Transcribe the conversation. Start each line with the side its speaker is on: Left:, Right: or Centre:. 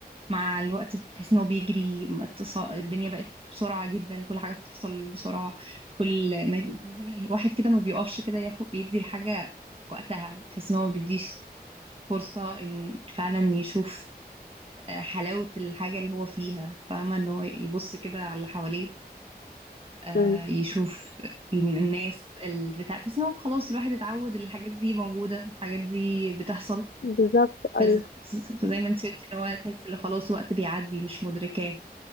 Right: مع الوقت بتحس ان هو بيجري اتص- الدنيا بقت بسرعة جدا كل حاجة بتحصل بسرعة كل ما بتحس ان الواحد كده ما بيقفش كده ياخد بيدي الحاجة وقتها بتحس ان هو ما بيديش فرصة ان فعلا يشوف آه، حلاوة الحاجة اللي هو فيها فاهمة ان هو يبص كده على اللي حواليه آه،
Left: امم
Right: يشوف إن الناس البتاع تحس ان هو خلاص الواحد اتعود الحاجات دي موجودة الحاجات دي بتحصل
Left: بالظبط
Right: فز...
Left: ايوه
Right: فزي ما انت قلتي ان هو تحس ان خلاص وقت بيعدي مش مدركاه